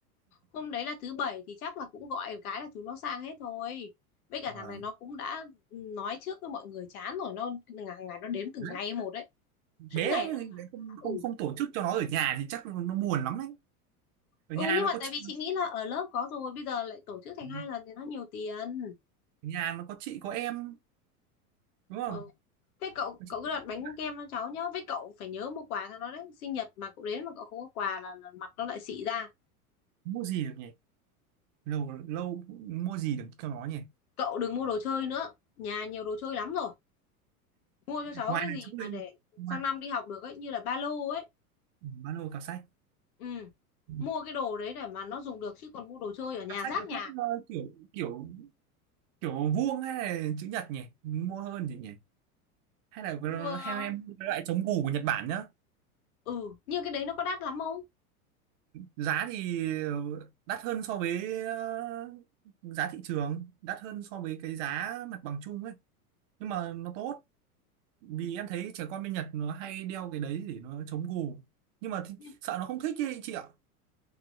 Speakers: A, on the left; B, on the right.
A: hôm đấy là thứ bảy thì chắc là cũng gọi một cái là chúng nó sang hết thôi với cả
B: vâng
A: thằng này nó cũng đã nói trước với mọi người chán rồi nó ngày, ngày nó đếm từng
B: Đấy.
A: ngày một đấy suốt
B: thế
A: ngày
B: mà
A: nó
B: lại
A: bảo
B: không
A: là ừ
B: không không tổ chức cho nó ở nhà thì chắc nó buồn lắm đấy ở
A: ừ
B: nhà
A: nhưng
B: nó
A: mà
B: có
A: tại
B: chị
A: vì chị nghĩ là ở lớp có rồi bây giờ lại tổ chức thành
B: ở
A: hai lần thì nó nhiều tiền
B: nhà nó có chị có em đúng
A: ừ.
B: không
A: thế cậu
B: có
A: cậu
B: chị
A: cứ
B: có
A: đặt
B: em,
A: bánh
B: bạn
A: kem cho cháu nhá với cậu phải nhớ mua quà cho nó đấy sinh nhật mà cậu đến mà cậu không có quà là, là mặt nó lại xị ra
B: mua gì được nhỉ lâu lâu mua gì được cho nó nhỉ
A: cậu đừng mua đồ chơi nữa nhà nhiều đồ chơi lắm rồi mua cho cháu
B: ngoài
A: cái
B: là
A: gì
B: chữ
A: mà
B: linh
A: để
B: ngoài
A: sang năm đi học được ấy như là ba lô ấy
B: ừ, ba lô cặp sách
A: ừ
B: Ừ.
A: mua cái đồ đấy để mà nó dùng được chứ còn mua đồ chơi ở nhà
B: cặp sách
A: rác
B: nó
A: nhà
B: thích ờ, kiểu kiểu kiểu vuông hay là chữ nhật nhỉ mua hơn gì nhỉ hay là
A: mua
B: theo em cái loại chống củ của Nhật Bản nhá
A: ừ nhưng cái đấy nó có đắt lắm không
B: giá thì đắt hơn so với ờ, giá thị trường đắt hơn so với cái giá mặt bằng chung ấy nhưng mà nó tốt vì em thấy trẻ con bên Nhật nó hay đeo cái đấy để nó chống gù nhưng mà thì,
A: ừ.
B: sợ nó không thích ấy chị ạ